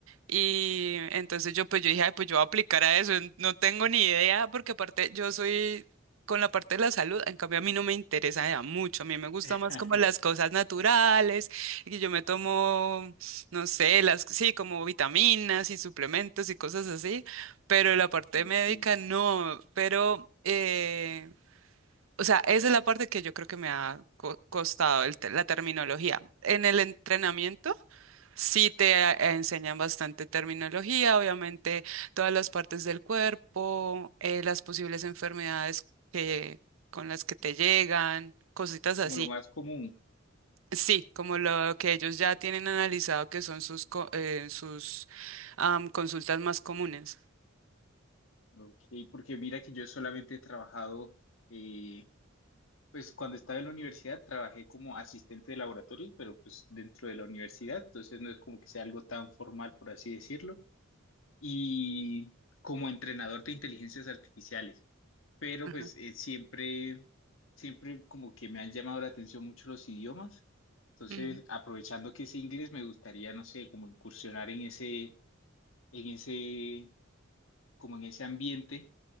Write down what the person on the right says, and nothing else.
Y entonces yo pues yo dije, "Ay, pues yo voy a aplicar a eso, no tengo ni idea, porque aparte yo soy con la parte de la salud, en cambio a mí no me interesa ya mucho, a mí me gusta
más como las cosas naturales, y yo me tomo, no sé, las, sí, como vitaminas y suplementos y cosas así, pero la parte
médica no, pero, eh, o sea, esa es la parte que yo creo que me ha co- costado el te- la terminología. En el entrenamiento. Sí te eh, enseñan bastante terminología, obviamente todas las partes del cuerpo, eh, las posibles enfermedades que, con las que te llegan, cositas así.
Sí, como lo que ellos ya tienen analizado que son sus, co- eh, sus am, consultas más comunes.
Ajá.
Ujú.